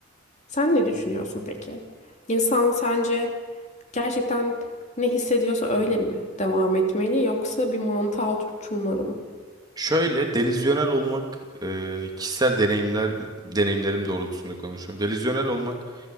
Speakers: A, on the left; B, on the right.
A: Sen ne düşünüyorsun peki? İnsan sence gerçekten ne hissediyorsa öyle mi devam etmeli yoksa bir mantığa oturtulmalı mı?
B: Şöyle delizyonel olmak e, kişisel deneyimler deneyimlerim doğrultusunda konuşuyorum. Delizyonel olmak